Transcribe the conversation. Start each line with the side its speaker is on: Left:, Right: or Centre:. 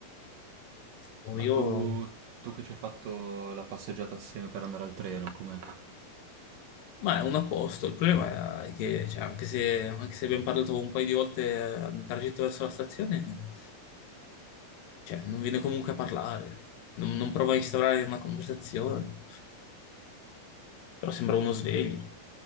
Left: Poi
Right: Ma
Left: io...
Right: tu, tu che ci hai fatto la passeggiata assieme per andare al treno, com'è?
Left: Ma è un apposto. Il problema è che, cioè, anche se, anche se abbiamo parlato un paio di volte nel tragitto verso la stazione, cioè, non viene comunque a parlare. Non, non prova a instaurare una conversazione. però sembra uno sveglio.